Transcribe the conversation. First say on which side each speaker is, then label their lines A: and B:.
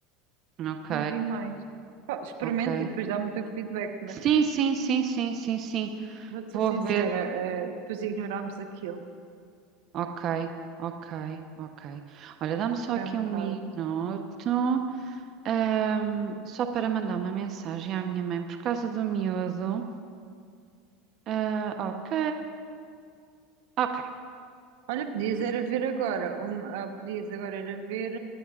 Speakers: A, on the right; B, on the right.
A: Ok,
B: não vi mais. Pá, experimenta
A: ok.
B: e depois dá-me o teu feedback, mas
A: Sim, sim, sim, sim, sim, sim.
B: vou-te ser
A: Vou
B: sincera,
A: ver.
B: eh, depois ignorámos aquilo.
A: Ok, ok, ok. Olha, dá-me só
B: Foi
A: aqui
B: um
A: um
B: bocado.
A: minuto, ahm, só para mandar uma mensagem à minha mãe por causa do miúdo. Ah, ok, ok.
B: Olha, podias era ver agora, um, ah, podias agora era ver